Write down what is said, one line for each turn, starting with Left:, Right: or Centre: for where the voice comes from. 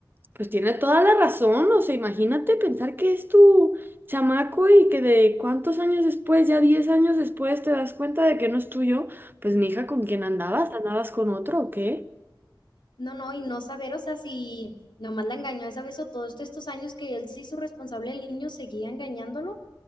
Right: Pues tiene toda la razón, o sea, imagínate pensar que es tu chamaco y que de cuántos años después, ya 10 años después, te das cuenta de que no es tuyo, pues mi hija, ¿con quién andabas? ¿Andabas con otro o qué?
Left: No, no, y no saber, o sea, si nomás la engañó esa vez o todos estos años que él se hizo responsable el niño, seguía engañándolo.